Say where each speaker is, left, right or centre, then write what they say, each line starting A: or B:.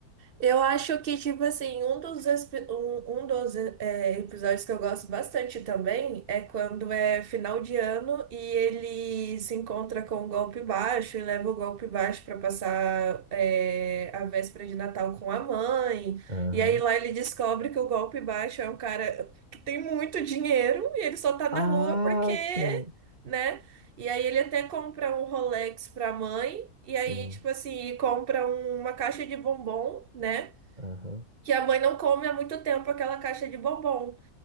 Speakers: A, on the right; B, on the right.
A: Eu acho que, tipo assim, um dos, esp- um, um dos é, episódios que eu gosto bastante também é quando é final de ano e ele se encontra com o golpe baixo e leva o golpe baixo pra passar é, a véspera de Natal com a mãe.
B: Aham.
A: E aí lá ele descobre que o golpe baixo é um cara que tem muito dinheiro e ele só tá na
B: Ah,
A: rua porque,
B: sim.
A: né? E aí ele até compra um Rolex pra mãe. E aí,
B: Sim.
A: tipo assim, compra um- uma caixa de bombom, né?
B: Aham.
A: Que a mãe não come há muito tempo aquela caixa de bombom.